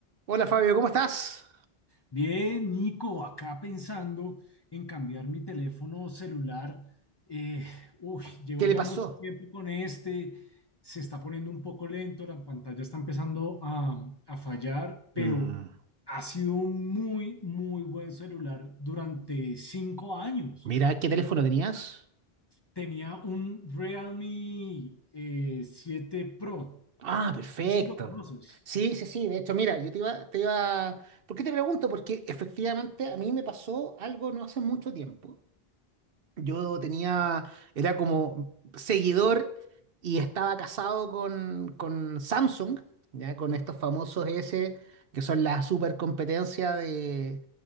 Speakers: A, on the right; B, on the left.
A: Hola Fabio, ¿cómo estás?
B: Bien, Nico, acá pensando en cambiar mi teléfono celular. Eh, uy, llevo
A: ¿Qué le
B: ya
A: pasó?
B: mucho tiempo con este, se está poniendo un poco lento, la pantalla está empezando a, a fallar, pero
A: Mm,
B: ha sido un muy, muy buen celular durante cinco años.
A: mira, ¿qué teléfono tenías?
B: Tenía un Realme eh, 7 Pro,
A: Ah, perfecto.
B: no sé si lo conoces,
A: Sí, sí, sí, de hecho, mira, yo te iba, te iba... ¿Por qué te pregunto? Porque efectivamente a mí me pasó algo no hace mucho tiempo. Yo tenía, era como seguidor y estaba casado con, con Samsung, ya con estos famosos S, que son la super competencia de,